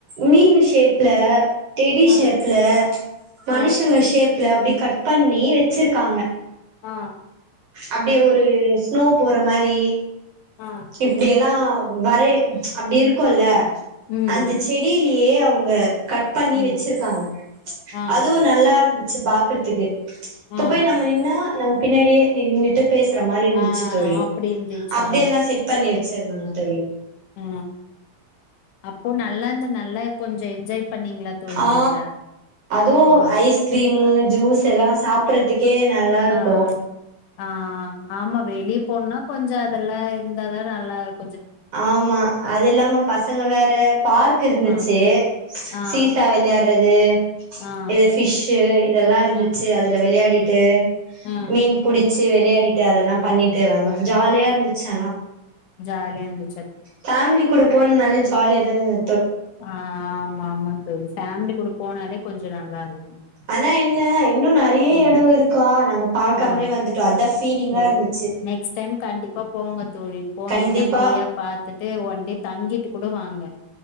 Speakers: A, on the right; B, on the left.
A: மீனு ஷேப்ல டெடி
B: ஆ
A: ஷேப்ல மனுஷங்க
B: ஆ
A: ஷேப்ல அப்டி கட் பண்ணி வச்சிருக்காங்க
B: ஆ
A: அப்டி ஒரு ஸ்னோ போற மாரி
B: ஆ
A: இப்டி எல்லா வரே அப்டி இருக்குல்ல
B: ம்
A: அந்த செடிலே ஏ அவுங்க கட் பண்ணி
B: ம்
A: வச்சிருக்காங்க
B: ஆ
A: அதுவும் நல்லா இருந்து பாக்குறதுக்கு இப்ப
B: ஆ
A: போய் நம்ம நின்னா <unintelligible> பின்னாடியே நின்னுட்டு பேசுற மாரி இருந்துச்சு
B: ஆ
A: தோழி
B: அப்டி இருந்துச்சா
A: அப்டி எல்லா செட் அப்டியே வச்சுருங்க தோழி
B: ஆ அப்போ நல்லாந்து நல்லா கொஞ்ச என்ஜாய் பண்ணீங்களா தோழி
A: ஆ
B: நீங்க
A: அதுவும்
B: ஆ
A: ஐஸ் கிரீமு ஜூஸ் இதெல்லா சாப்டுறதுக்கே நல்லா இருக்கும்
B: ஆ ஆ ஆம்மா வெளிய போன்னா கொஞ்ச அத அதெல்லா இருந்தா தா நல்லா இருக்
A: ஆம்மா அது இல்லாம பசங்க வேற பார்க் இருந்துச்சு
B: ஆ ஆ
A: சீசா விளையாடுறது
B: ஆ
A: இது பிஷ்சு இதெல்லா இருந்துச்சு
B: ஆ
A: அதுல விளையாடி ட்டு
B: ஆ
A: மீன் புடிச்சு விளையாடிட்டு அதெல்லா
B: ம்
A: பண்ணிட்டு வந்தோ ஜாலியா இருந்துச்சு ஆனா
B: ஜாலியாருந்து
A: ஃபேமிலி கூட போனனால ஜாலி காலியா தா நின்னு
B: ஆம்மா ஆமா தோழி ஃபேமிலி கூட போனாலே கொஞ்ச நல்லா இரு <inaudible>
A: ஆனா என்ன இன்னு நெறைய
B: ம்
A: எடோ இருக்கா நாங்க பாக்காமலே
B: ஆ
A: வந்துட்டோ அதா ஃபீலிங்கா
B: சேர்
A: இருந்துச்சு
B: நெக்ஸ்ட் டைம் கண்டிப்பா போங்க தோழி போனீங்னா
A: கண்டிப்பா
B: ஃப்ரீயா பாத்துட்டு ஒன்டே தங்கிட்டு கூட வாங்க